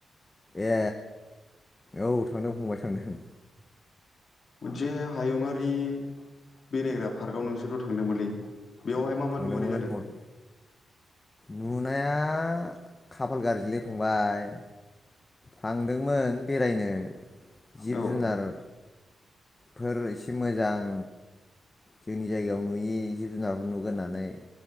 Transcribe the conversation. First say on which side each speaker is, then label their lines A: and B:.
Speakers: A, on the left; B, on the left.
A: ए औ थांदों फंबाय थांदों
B: मोनसे हायुङारि बेरायग्रा पार्कआव नोंसोरथ' थांदोंमोनलै बेवहाय मा मा
A: थांदोंमोन
B: नुबोनाय जादों?
A: फंबाय नुनाया खाफाल गाज्रिलै फंबाय थांदोंमोन बेरायनो जिब
B: औ
A: जुनार फोर एसे मोजां जोंनि जायगायाव नुयि जिब जुनारफोर नुगोन होन्नानै